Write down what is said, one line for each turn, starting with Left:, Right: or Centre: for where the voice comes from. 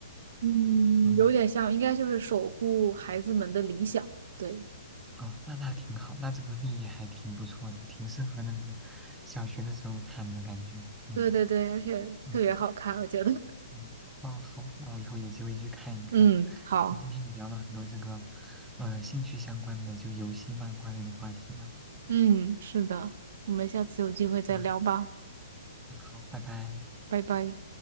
Right: 嗯，
Centre: 嗯，
Right: 有点像，应该就是守护孩子们的理想。对，
Centre: 哦，那那挺好，那这个立意还挺不错的，挺适合那个小学的时候看的感觉。嗯
Right: 对对对，而且特别好看，
Centre: 嗯。
Right: 我觉得。<laughs>
Centre: 嗯，啊，好，那我以后有机会去看一看。
Right: 嗯，好，
Centre: 那今天也聊了很多这个，呃，兴趣相关的，就游戏、漫画类的话题呢。
Right: 嗯，是的，我们下次有机会再聊吧，
Centre: 那，嗯，好，拜拜。
Right: 拜拜。